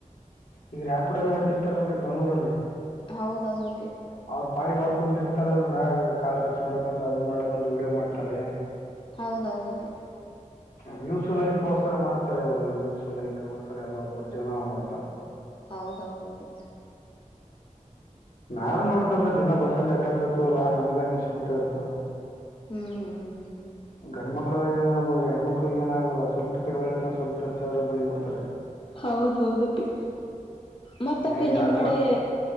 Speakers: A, on the left (about 80°); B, on the left (about 40°).
A: ಈಗ ರ್ಯಾಪ್ ಡೌನ್ ಹೊಡ್ತಿರ್ತಾರ ನೋಡ್ರರಿ ಬಂಗಳೂರಲ್ಲಿ
B: ಹೌದ್ ಹೌದಪ್ಪಿ
A: ಅವ್ರ್ ಪಾಡಿಗೆ ಅವ್ರರು ಕುಂತಿರ್ತಾರೆ ಮ್ಯಾಗ ಕಾಲ್ ಟಚ್ ಮಾಡಕಂದ್ ಅದ್ ಮಾಡಕಂದು ವಡಿಯೋ ಮಾಡ್ತಾರೆ
B: ಹೌದೌದಕೆ
A: ವ್ಯೂಸುಲೈಸ್ಗೋಸರ ಮಾಡ್ತಾರೆ ಅವರು ವ್ಯೂಸುಲೈಕ್ಗೋಸರ ಎಲ್ಲ ಒಬ್ಬರು ಜೀವನ ಮಾಡ್ತಾರೆ
B: ಹೌದು ಹೌದು ಅಪ್ಪಿ
A: ನಾವೇ ನೋಡ್ತಿ ವಲ್ಲ ದಿನಾ ಬಸ್ಸಲ್ಲಿ ಆಟಾಡ್ತಿತವಲ್ಲಾ ನಮ್ಗ ಅನ್ನಿಸಿ ಬಿಟ್ಟಿ ರುತದ
B: ಹ್ಮ್ ಹ್ಮ್
A: ಗಂಡ್ಮ ಕ್ಕಳಿಗಿ ಏನ್ ಹೇಳಬಹುದು ಹೆಣ್ಮಕ್ಳಿಗೆ ಏನಾಗಲ್ಲ ಸ್ವಲ್ಪ ಈಕಡೆ ಒಳ್ಳೇದ್ ಸ್ವಲ್ಪ ಟಚ್ಚ ಆದರೆ ಬೈದಬಿಡ್ತಾರೆ
B: ಹೌದ ಹೌದಪ್ಪಿ ಮತ್ತಪ್ಪಿ
A: ಹಿಂಗಾಗಿ
B: ನಿಮ್
A: ಆಕರ
B: ಕಡೆ